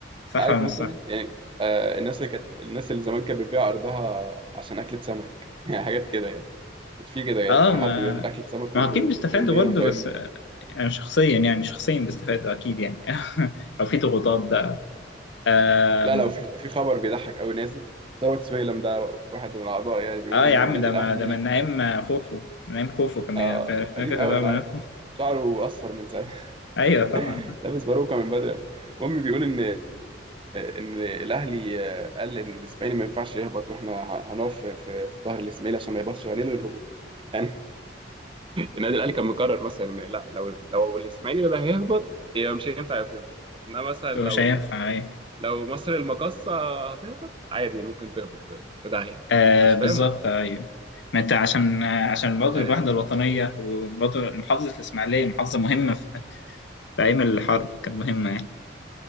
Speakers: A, on the right; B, on the left.
A: انت
B: صح
A: عارف
B: ولا مش
A: مثلا
B: صح؟
A: يعني آه الناس اللي كانت الناس اللي زمان كانت بتبيع ارضها عشان اكله سمك <laughs> يعني حاجات كده يعني كانت في كده يعني
B: اه
A: في
B: ما
A: حد بيعمل اكله سمك
B: ما
A: ويقول
B: اكيد
A: له
B: بيستفادوا
A: امضي هنا
B: برضه
A: فيمضي
B: بس يعني شخصيا يعني شخصيا بيستفادوا اكيد يعني <laughs> او في ضغوطات بقى
A: لا لا وفي في خبر بيضحك قوي نازل ثروت سويلم ده واحد من الاعضاء يعني بيقول
B: اه
A: ان
B: يا عم
A: النادي
B: ده
A: الاهلي
B: ما ده من نعيم خوفو من نعيم خوفو كان
A: آه
B: بي- فاكر
A: قديم قوي
B: ده
A: انا
B: من نعيم
A: عارف
B: خوفو
A: شعره اصفر من ساعه
B: <laughs> ايوه طبعا
A: <laughs> لابس باروكه من بدري أوي. المهم بيقول ان ان الاهلي آه، قال ان الاسماعيلي ما ينفعش يهبط واحنا هنقف في في في ظهر الاسماعيلي عشان ما يهبطش وهنلغي الهبوط يعني <laughs> النادي الاهلي كان مقرر مثلا إن لا لو لو الاسماعيلي اللي هيهبط يبقى مش هينفع يبقى يهبط انما مثلا لو
B: مش هينفع ايوه
A: لو مصر المقاصة هتهبط عادي ممكن تهبط في داهية
B: آه
A: مش
B: بالظبط
A: فاهمة
B: ايوه ما انت عشان عشان برضه
A: يعني
B: الوحده الوطنيه وبرضه محافظه الاسماعيليه محافظه مهمه في في ايام الحرب كانت مهمه يعني